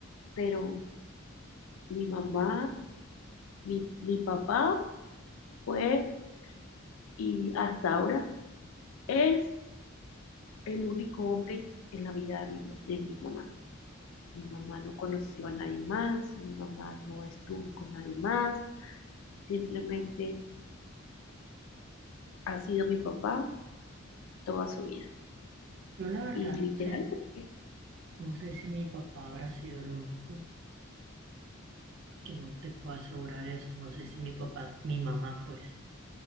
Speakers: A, on the left; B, on the right.
A: pero mi mamá, mi, mi papá fue, y hasta ahora es el único hombre en la vida de mi, de mi mamá. Mi mamá no conoció a nadie más, mi mamá no estuvo con nadie más, simplemente ha sido mi papá toda su vida.
B: Yo la verdad
A: Y literal,
B: no sé,
A: porque
B: no sé si mi papá habrá sido el único, porque no te puedo asegurar eso, no sé si mi papá, mi mamá pues